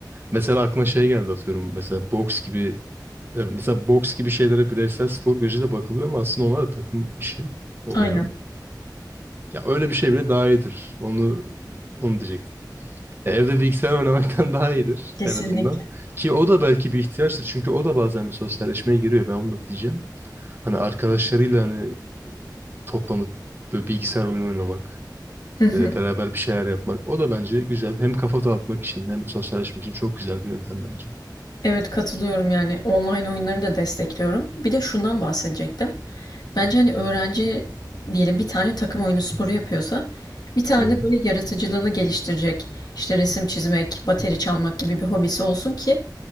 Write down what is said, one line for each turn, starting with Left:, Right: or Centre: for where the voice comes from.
Right: Mesela aklıma şey geldi atıyorum. Mesela boks gibi e, mesela boks gibi şeylere bireysel spor gözüyle bakılıyor ama aslında onlar da takım işi oluyor.
Left: Aynen.
Right: Ya öyle bir şey bile daha iyidir. Onu onu diyecektim. Ya evde bilgisayar oynamaktan <laughs> daha iyidir
Left: Kesinlikle.
Right: en azından. Ki o da belki bir ihtiyaçtır. Çünkü o da bazen bir sosyalleşmeye giriyor. Ben onu da diyeceğim. Hani arkadaşlarıyla hani toplanıp böyle bilgisayar oyunu oynamak,
Left: Hı hı.
Right: e, beraber bir şeyler yapmak. O da bence güzel. Hem kafa dağıtmak için hem sosyalleşmek için çok güzel bir yöntem bence.
Left: Evet katılıyorum yani online oyunları da destekliyorum. Bir de şundan bahsedecektim. Bence hani öğrenci diyelim bir tane takım oyunu sporu yapıyorsa bir tane
Right: Hı hı.
Left: de böyle yaratıcılığını geliştirecek işte resim çizmek, bateri çalmak gibi bir hobisi olsun ki